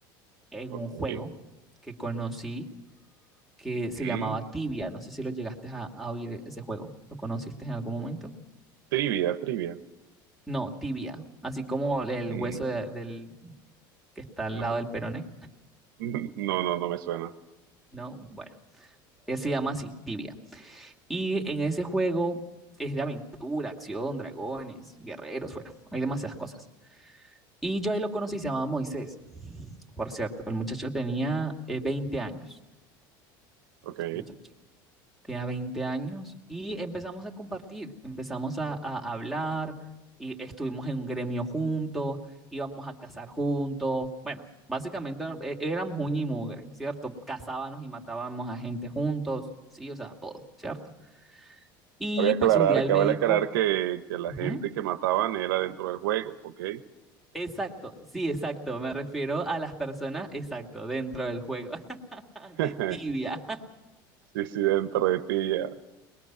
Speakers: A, in the centre; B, on the right.
A: en
B: Ok.
A: un juego que conocí que se
B: Mm,
A: llamaba Tibia. No sé si lo llegaste a, a oír ese juego. ¿Lo conociste en algún momento?
B: trivia, trivia.
A: No, Tibia. Así como el
B: Mm,
A: hueso de- del, que está al
B: no,
A: lado del peroné.
B: <laughs> no, no, no me suena.
A: No, bueno. eh, Se llama así, Tibia. Y en ese juego es de aventura, acción, dragones, guerreros, bueno, hay demasiadas cosas. Y yo ahí lo conocí, se llamaba Moisés. Por cierto, el muchacho tenía eh, 20 años.
B: Ok.
A: El muchacho tenía 20 años y empezamos a compartir, empezamos a, a hablar y estuvimos en un gremio juntos, íbamos a cazar juntos. Bueno, básicamente eh, éramos uña y mugre, ¿cierto? Cazábamos y matábamos a gente juntos, sí, o sea, todo, ¿cierto? Y
B: Cabe aclarar,
A: pues un día él
B: cabe
A: me dijo,
B: aclarar que, que la
A: "Ujú,
B: gente que mataban era dentro del juego, ¿ok?
A: exacto, sí, exacto, me refiero a las personas, exacto, dentro del juego. <laughs>
B: <laughs>
A: de tibia,
B: Sí, sí, dentro de Tibia.